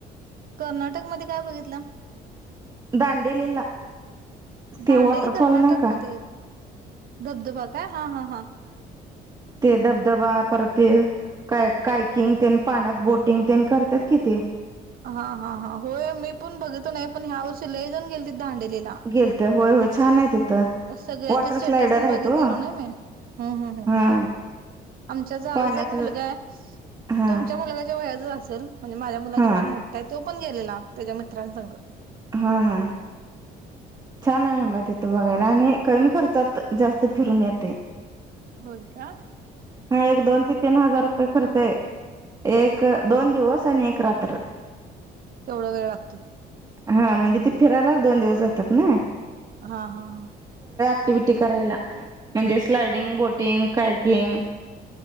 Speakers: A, on the right; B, on the right.
A: कर्नाटकमध्येध् काय बघितलं
B: दांडेलीला ते
A: दांडेली
B: वॉटरफॉल
A: कर्नाटकमध्ये
B: नाही का
A: आय किऽऽ दबदबाताय हा हा हा
B: ते धबधबा,, पर ते काय कायकिंग,, तेन पाण्यात बोटिंग तेन करत्यातऽ किती,
A: हा, हा, हा, होय मी पण बघतो नाही,, पण ह्या वर्षी लई जाऊन गेलेती त दांडेंली ला,
B: गेलते होय होय छान आहे तिथं
A: सगळ्यांचे
B: वॉटर
A: स्टेटस
B: स्लायडर आहेत
A: बघितलेलो
B: हो
A: नाइ मी. हम्, हम्, हम्
B: हा
A: आमच्या जावेचा
B: पाण्यातलं
A: एक मुलगा य
B: हा
A: तुमच्या मुलगाच्या वयाचाच असल,, म्हणजे माझ्या मुलांच्यापेक्ष
B: हा
A: मोठाऽऽ य,, तो पण गेलेला,, त्याच्या मित्रांसगऽऽ
B: हा, हा, छान आहे म्हणला तीथ बघायला,, आणि कमी खर्चात जास्त फिरून येतेय.
A: होय का?
B: हा एक दोन ते तीन हजार रुपये खर्च य. एक,, दोन दिवस आणि एक रात्र.
A: तेवढा वेळ लागते
B: हा,, म्हणजे ते फिरायलाच दोन दिवस जातात नाई
A: हा, हा, हा
B: अॅक्टिव्हटी करायला,, म्हणजे स्लायडिंग,
A: हा हा
B: बोटिंग, कायकिंगऽ